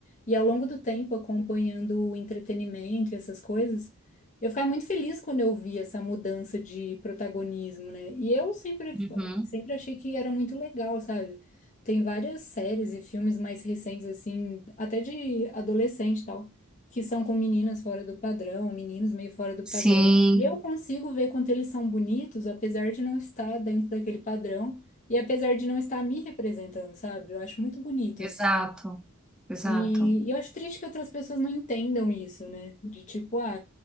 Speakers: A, on the left (about 35°); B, in the centre.
A: E ao longo do tempo, acompanhando o entretenimento e essas coisas, eu ficava muito feliz quando eu vi essa mudança de protagonismo, né? E eu sempre,
B: uhum.
A: sempre achei que era muito legal, sabe? Tem várias séries e filmes mais recentes, assim, até de adolescente e tal, que são com meninas fora do padrão, meninos meio fora do padrão.
B: Sim,
A: E eu consigo ver quanto eles são bonitos, apesar de não estar dentro daquele padrão e apesar de não estar me representando, sabe? Eu acho muito bonito,
B: exato. Exato,
A: e, e eu acho triste que outras pessoas não entendam isso, né? De tipo, ah,